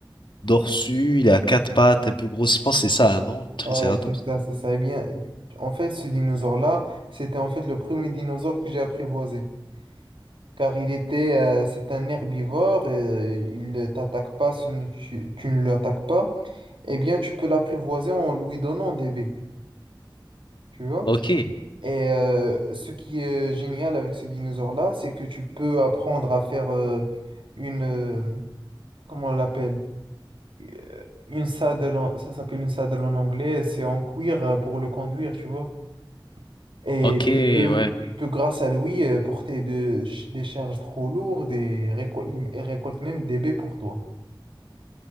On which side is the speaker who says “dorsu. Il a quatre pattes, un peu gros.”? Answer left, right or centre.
Left